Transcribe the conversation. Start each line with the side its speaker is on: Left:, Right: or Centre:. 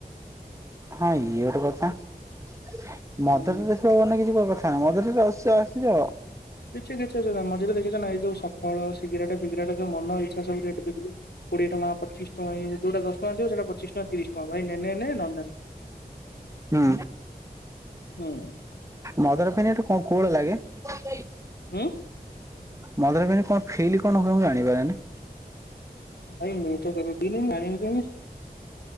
Right: ହଁ ଇଏ ଗୋଟେ କଥା। ମଦର <unintelligible>
Left: ହୁଁ
Right: କିଛି <unintelligible> ଆମର ତ ଏଠି ରସ୍ୟ ଆସିଯା
Left: କିଛି କିଛି ଅସୁବିଧା ମଝିରେ ଦେଖିଛ ନାଇଁ ଏଇ ଯୋଉ ସଫଳ ସିଗାରେଟ ଫିଗାରେଟ ଯୋଉ ମନ ଇଚ୍ଛା ସବୁ ରେଟ୍ ବିକିଲେ କୋଡ଼ିଏ ଟଙ୍କା ପଚିଶ ଟଙ୍କା ଇଁତି ଯୋଉଟା ଦଶ ଟଙ୍କା ଥିବ ସେଇଟା ପଚିଶ ଟଙ୍କା ତିରିଶ ଟଙ୍କା ଭାଇ ନେ ନେ ନେ ନହେଲେ
Right: ହୁଁ
Left: ନାଇଁ ହୁଁ।
Right: ମଦର ପେନ୍ ଏଟା କଣ କୋହଳ <unintelligible>
Left: ହୁଁ।
Right: ମଦରେ କିଛି କଣ ଫିଲ୍ କଣ ହୁଏ ମୁଁ ଜାଣିପାରେନି।
Left: ଭାଇ ମୁଁ ତ କେବେ ପିନି ମୁଁ ଜାଣିବି କେମିତି?